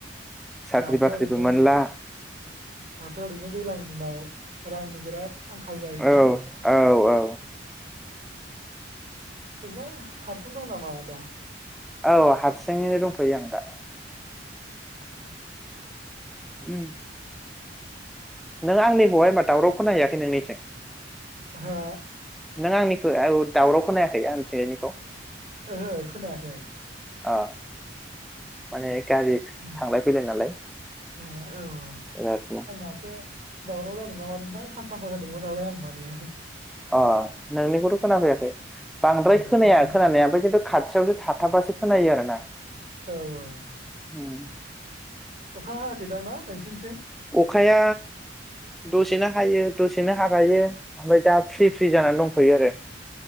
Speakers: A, in the centre; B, on the right (about 40°).
A: साख्रि
B: दाथ'
A: बाख्रिबो
B: ओरैनो
A: मोनला
B: दाथ' ओरैनो दैलां दिनाव रांनि बिराद आंखाल जायोना
A: औ औ औ
B: <unintelligible> हारसिं दं नामा दा
A: औ हारसिङैनो दंथ'यो आं दा उम नों आंनिखौहाय मा दावराव खौना हैयाखै नोंनिथिं
B: हो
A: नों आंनिखौ आव दावराव खोनायाखै आंनि थिंजायनिखौ
B: ओहो खोनायाखै
A: आ माने गारि
B: उम
A: थांलाय फैलाय नालाय
B: हा औ औ
A: बिरादनो
B: आरो माथो दावराव जादों नामा नोंथां फांखाबो होदोंमोन नालाय आं माने
A: अ नोंनिखौथ' खोनाफैयाखै बांद्राय
B: ओ
A: खोनाया
B: खोनादोंना
A: खोनानाया ओमफाय खिन्थु खाथियावसो थाथाबासो खोनायो आरो ना
B: औ औ
A: औ
B: अखा हायाखै दां ना नोंसिनिथिं
A: अखाया दसेनो हायो दसेनो हागायो ओमफ्राय दा फ्रि फ्रि जानानानै दं फै आरोे